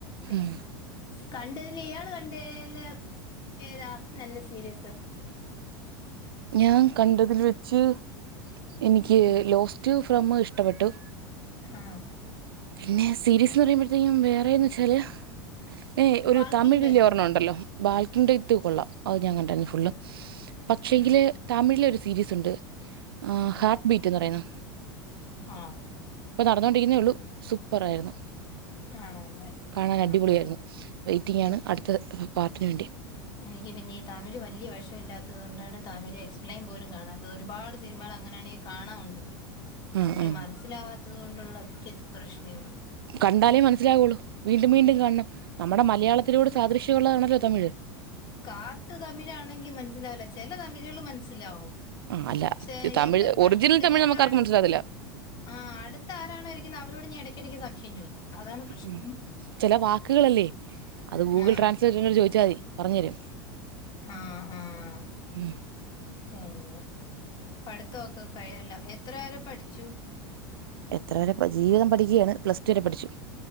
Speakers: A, on the left; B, on the right.
A: പിന്നെ
B: ഉം
A: കണ്ടതില് ഇയാള് കണ്ടേല് ഏതാ നല്ല സീരിയസ്?
B: ഞാൻ കണ്ടതിൽ വെച്ച് എനിക്ക് ലോസ്റ്റ് ഫ്രമ്മ് ഇഷ്ട്ടപ്പെട്ടു
A: ആഹ്
B: പിന്നെ സീരീസ് എന്ന് പറയുമ്പഴത്തേക്കും വേറേന്ന് വെച്ചാല് ഏഹ് ഒരു
A: വാൾക്കിംഗ്
B: തമിഴിലെ
A: ഡെഡ്
B: ഒരെണ്ണ ഒണ്ടല്ലോ.? ബാൽക്കൺ ടെയ്ത്ത് കൊള്ളാം അതും ഞാൻ കണ്ടാരുന്നു ഫുള്ള് പക്ഷെങ്കില്
A: ഉം
B: തമിഴിലൊരു സീരീസ് ഇണ്ട്
A: ഏതാണ്
B: ഹാർട്ട് ബീറ്റ് എന്ന് പറയുന്ന
A: ആഹ്
B: ഇപ്പൊ നടന്നോണ്ടിരിക്കുന്നേയൊള്ളു സൂപ്പറായിരുന്നു
A: ആണല്ലേ
B: കാണാൻ
A: ആഹ്
B: അടിപൊളിയായിരുന്നു
A: ആഹ്
B: വെയിറ്റിങ്ങാണ് അടുത്ത പാർട്ടിന് വേണ്ടി
A: എനിക്ക് പിന്നെ ഈ തമിഴ് വല്ല്യ വശമില്ലാത്തത് കൊണ്ടാണ് തമിഴ് എക്സ്പ്ലെയിൻ പോലും കാണാത്തത് ഒരുപാട് സിനിമകള് അങ്ങനെയാണെങ്കി കാണാവുണ്ട്
B: ആഹ്
A: തമിഴ്
B: ആഹ്
A: മനസ്സിലാവാത്ത ത് കൊണ്ടുള്ള ഒറ്റ പ്രശ്നേയൊള്ളു
B: കണ്ടാലേ മനസ്സിലാവൊള്ളൂ വീണ്ടും വീണ്ടും കണണം നമ്മുടെ മലയാളത്തിനോട് സാദൃശ്യമുള്ളതാണല്ലോ തമിഴ്?
A: കാട്ടു തമിഴാണെങ്കി മനസ്സിലാവില്ല ചെല തമിഴ്കള് മനസ്സിലാവും
B: ആഹ് അല്ല
A: പക്ഷെ
B: തമിഴ്
A: എനിക്കൊരു പ്രശ്നവുണ്ട്
B: ഒറിജിനൽ തമിഴ്
A: ഞാൻ എന്റെറെ
B: നമുക്ക് ആർക്കും
A: അടുത്ത്
B: മനസ്സിലാകത്തില്ല
A: ആഹ് അടുത്ത് ആരാണോ ഇരിക്കുന്നെ അവരോട് ഞാൻ എടക്കെടയ്ക്ക് സംശയം ചോദിക്കും അതാണ് പ്രശ്നം
B: ഉം ചെല വാക്കുകളല്ലേ? അത് ഗൂഗിൾ
A: ആഹ്
B: ട്രാൻസ്ലേറ്റ് ചോയ്ച്ചാ മതി പറഞ്ഞു തരും
A: ആഹ് ആഹ്
B: ഉം
A: പിന്നെ പഠിത്തവൊക്കെ കഴിഞല്ലോ? എത്ര വരെ പഠിച്ചു?
B: എത്ര വരെ ജീവിതം പഠിക്കെയാണ് പ്ലസ് ടു വരെ പഠിച്ചു